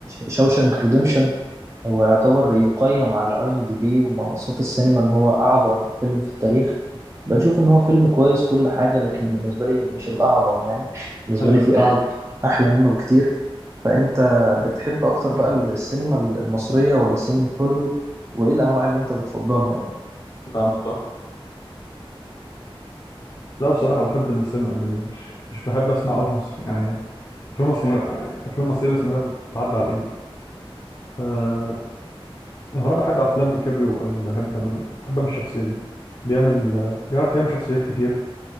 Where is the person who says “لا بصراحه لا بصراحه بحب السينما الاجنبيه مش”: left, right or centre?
Left